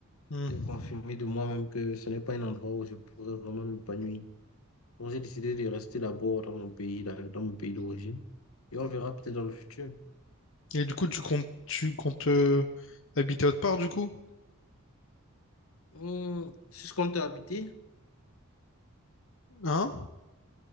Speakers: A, on the left; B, on the left.
A: Hmm.
B: J'ai confirmé de moi-même que ce n'est pas un endroit où je pourrais vraiment m'épanouir. Donc, j'ai décidé de rester d'abord dans mon pays, là, dans mon pays d'origine. Et on verra peut-être dans le futur.
A: Et du coup, tu comptes tu comptes euh, habiter autre part, du coup?
B: Hum, c'est ce qu'on t'a habité.
A: Hein?